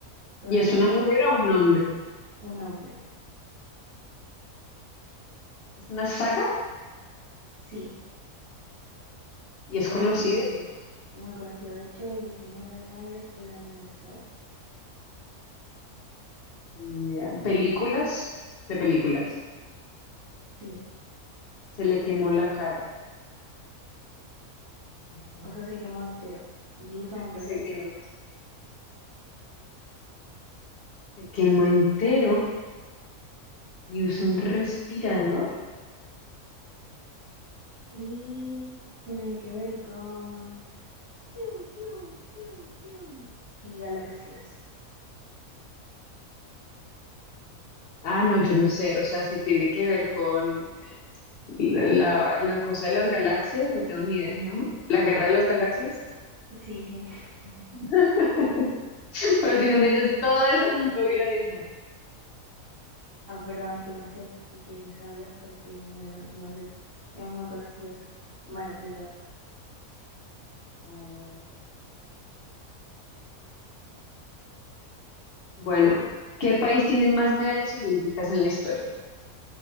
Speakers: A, on the right; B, on the left.
A: toda
B: ¿Y es
A: la
B: una
A: cara.
B: mujer o un hombre?
A: Un hombre.
B: ¿Es una saga?
A: Sí,
B: ¿Y
A: y
B: es conocida?
A: es muy conocido. Muy conocido. De hecho, el 19 de mayo es el aniversario.
B: Ni idea. ¿Películas? De películas.
A: Sí,
B: Se le quemó la cara. Se le quemó
A: o sea,
B: la
A: se
B: cara.
A: quemó entero y usa un
B: Se
A: respirador.
B: quemó, se quemó entero y usa un respirador.
A: Y tiene que ver con pium, pium, pium, pium y galaxias.
B: Ah, no, yo no sé, o sea, si tiene que ver con la, la- la cosa de las galaxias, no tengo ni idea, mamá. ¿La guerra de las galaxias?
A: Sí, sí. <laughs>
B: <laughs> Pero si no me dices todo eso, nunca hubiera adivinado.
A: Ah, perdón, es que pensé que sabías porque no sé. Es muy conocido eso. Bueno, te toca.
B: A ver. Bueno, ¿qué país tiene más medallas olímpicas en la historia?